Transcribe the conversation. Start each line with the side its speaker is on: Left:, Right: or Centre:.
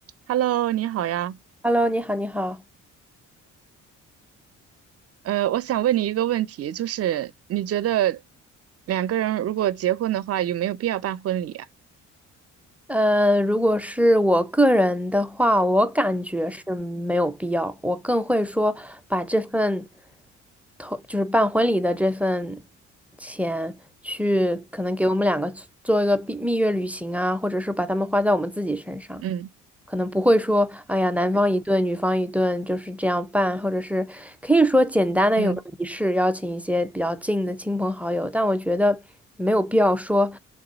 Right: Hello，你好呀。
Centre: Hello，你好，你好。
Right: 呃，我想问你一个问题，就是你觉得两个人如果结婚的话，有没有必要办婚礼啊？
Centre: 呃，如果是我个人的话，我感觉是没有必要。我更会说把这份头，就是办婚礼的这份钱，去可能给我们两个做做一个蜜蜜月旅行啊，或者是把它们花在我们自己身上。
Right: 嗯
Centre: 可能不会说，哎呀，男方一顿，女方一顿，就是这样办，或者是可以说简单的有个仪式，
Right: 嗯
Centre: 邀请一些比较近的亲朋好友，但我觉得没有必要说，